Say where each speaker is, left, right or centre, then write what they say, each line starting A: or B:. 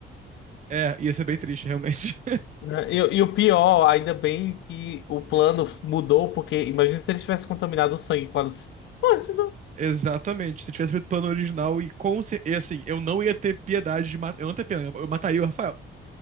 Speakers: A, on the right; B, on the left.
A: É, ia ser bem triste, realmente.
B: Né? E, e o pior, ainda bem que o plano mudou, porque imagina se ele tivesse contaminado o sangue com a Luci- Imagina.
A: <laughs> Exatamente. Se tivesse feito o plano original e com cer- e assim, eu não ia ter piedade de matar. Eu não ia ter pena, eu mataria o Rafael,